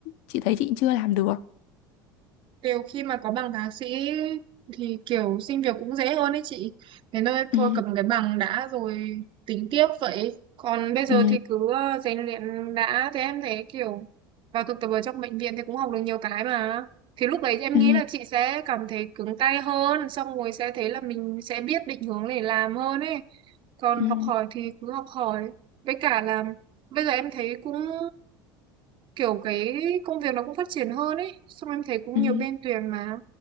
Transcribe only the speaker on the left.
chị thấy chị chưa làm được.
Ừ
ừ
ừ
ừ
ừ
ừ.